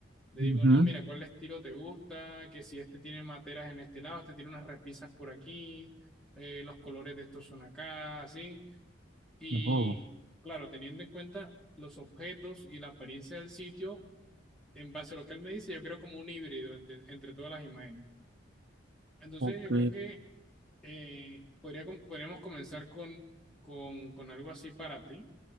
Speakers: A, in the centre; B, on the right (about 55°).
A: le
B: Ujú.
A: digo, no, mira, ¿cuál estilo te gusta? Que si este tiene materas en este lado, este tiene unas repisas por aquí, eh, los colores de estos son acá, así. Y
B: Oh,
A: claro, teniendo en cuenta los objetos y la apariencia del sitio, en base a lo que él me dice, yo creo como un híbrido entre, entre todas las imágenes. Entonces,
B: ok.
A: yo creo que eh, podría, com- podríamos comenzar con, con, con algo así para ti.